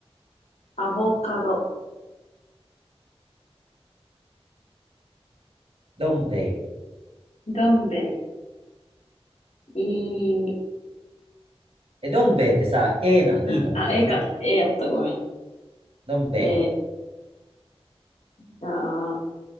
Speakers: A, on the left; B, on the right.
A: アボカド、
B: どん兵衛。
A: どん兵衛、いい、
B: え、どん兵衛ってさ、A なん、E
A: うん、
B: なん、
A: あ、
B: どっち
A: 絵か。絵やった、ごめ
B: どん兵衛、
A: ん。えー、じゃあ、う